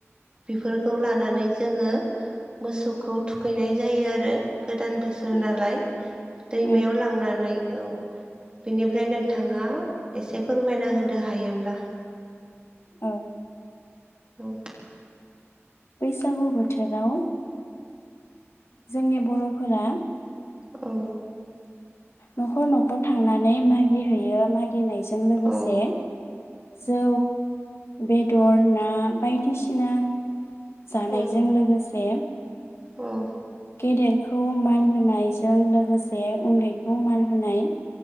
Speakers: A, on the right; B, on the left.
A: बेफोरखौ लानानै जोङो मोसौखौ थुखैनाय जायो आरो। गोदान बोसोर
B: उम
A: नालाय दैमायाव
B: उम
A: लांनानै औ बेनिफ्राय नोंथाङा एसे फोरमायना होदो हायोब्ला
B: औ
A: औ
B: बैसागु बोथोराव जोंनि बर'फोरा
A: औ
B: न'खर न'खर थांनानै मागिहैयो मागिनायजों लोगोसे
A: औ
B: जौ, बेदर,
A: औ
B: ना, बायदिसिना जानायजों
A: औ
B: लोगोसे
A: औ
B: गेदेरखौ मान होनायजों लोगोसे उन्दैखौ मान होनाय